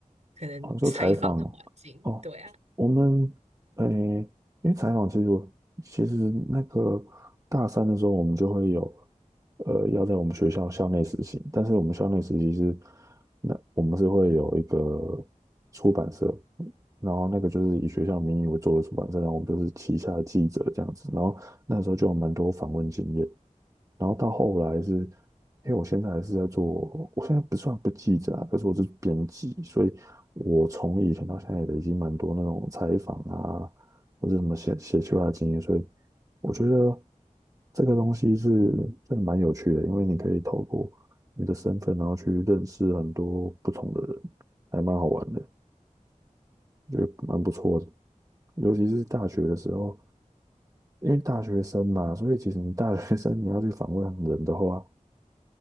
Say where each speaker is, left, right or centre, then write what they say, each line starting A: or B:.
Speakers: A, on the right (about 60°); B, on the right (about 25°).
A: 可能采访的环境。
B: 哦，做采访哦，哦我们，
A: 对啊，
B: 诶，因为采访其实我其实那个大三的时候，我们就会有，呃，要在我们学校校内实习，但是我们校内实习是，那我们是会有一个出版社，然后那个就是以学校名义为做的出版社，然后我们就是旗下的记者这样子，然后那时候就有蛮多访问经验，然后到后来是，因为我现在还是在做，我现在不算不记者啊，可是我是编辑，所以我从以前到现在也累积蛮多那种采访啊，或者什么写写出来的经验，所以我觉得这个东西是真的蛮有趣的，因为你可以透过你的身份，然后去认识很多不同的人，还蛮好玩的，觉得蛮不错的。尤其是大学的时候，因为大学生嘛，所以其实你大学生你要去访问人的话。